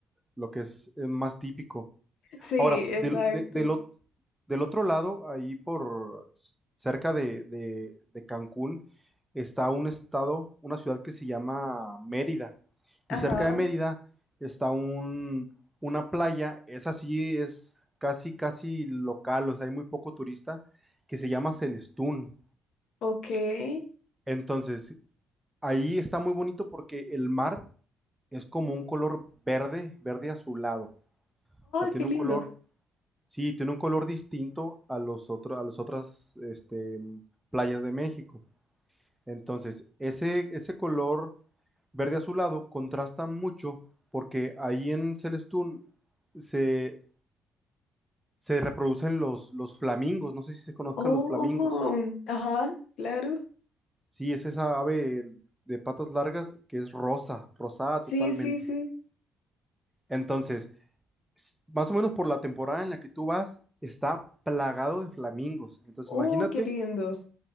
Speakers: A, in the centre; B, on the left (about 75°).
A: lo que es eh, más típico.
B: <laughs> Sí,
A: Ahora,
B: exacto.
A: del, de- del ot- del otro lado, ahí por s- cerca de, de- de Cancún, está un estado, una ciudad que se llama Mérida.
B: Ajá,
A: Y cerca de Mérida está un, una playa, esa sí es casi, casi local, o sea, hay muy poco turista, que se llama Celestún.
B: ok. ¡Ay,
A: Entonces, ahí está muy bonito porque el mar es como un color verde, verde azulado. O sea, tiene
B: qué lindo!
A: un color Sí, tiene un color distinto a los otros, a las otras este, playas de México. Entonces, ese, ese color verde azulado contrasta mucho porque ahí en Celestún se, se reproducen los, los flamingos. No sé si se conozcan
B: Oh,
A: los flamingos.
B: ajá, claro.
A: Sí, es esa ave de patas largas que es rosa, rosada
B: Sí,
A: totalmente.
B: sí, sí.
A: Entonces, s- más o menos por la temporada en la que tú vas, está plagado de flamingos. Entonces,
B: ¡Oh,
A: imagínate
B: qué lindo!